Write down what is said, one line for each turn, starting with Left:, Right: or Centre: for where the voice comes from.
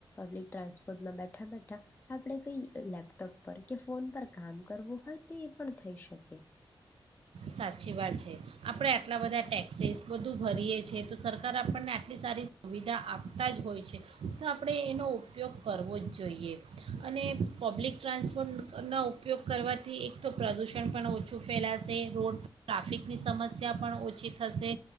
Left: પ્લિક ટ્રાન્સપોર્ટમાં બેઠા બેઠા આપણે કઈ લેપટોપ પર કે ફોન પર કામ કરવું હોય તો એ પણ થઈ શકે.
Right: સાચી વાત છે આપણે આટલા બધા ટેક્સીસ બધું ભરીએ છીએ તો સરકાર આપણને આટલી સારી સુવિધા આપતા જ હોય છે તો આપણે એનો ઉપયોગ કરવો જ જોઈએ અને પબ્લિક ટ્રાન્સપોર્ટના ઉપયોગ કરવાથી એક તો પ્રદૂષણ પણ ઓછું ફેલાશે. રોડ ટ્રાફિકની સમસ્યા પણ ઓછી થશે